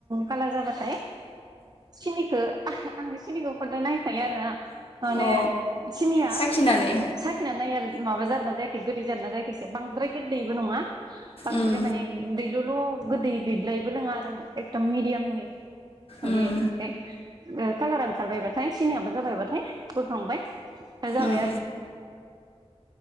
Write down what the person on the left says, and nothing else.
अ
साखिनानै
उम
उम
उम